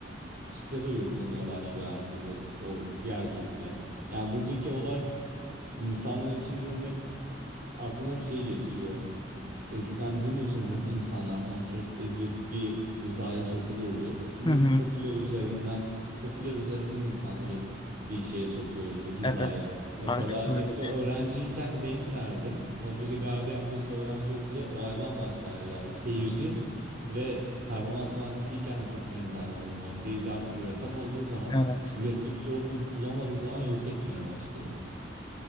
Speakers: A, on the right (about 50°); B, on the left (about 25°).
A: şiddet uygulamaya başlıyor herkese o diğer kitle. Yani buradaki olay insanlar için hani aklıma hep şey getiriyor Eskiden din üzerinden insanlar kontrol edilip bir hizaya sokulurdu. Şimdi
B: hı. hı.
A: statüler üzerinden, statüler üzerinden insanları hep bir şeye sokuyoruz bu hizaya.
B: Evet.
A: Mesela
B: Artık öyle
A: hepsi
B: bir
A: öğrenciyken
B: şey.
A: denklerdi ama biri gardiyan birisi öğrenci olunca olay bambaşka hale geldi. Seyirci ve performans sanatçısıyken de çok benzer bir durum var. Seyirci artık üreten olduğu zaman,
B: Evet.
A: üretmenin yolunu bulamadığı zaman yok etmeye başlıyor.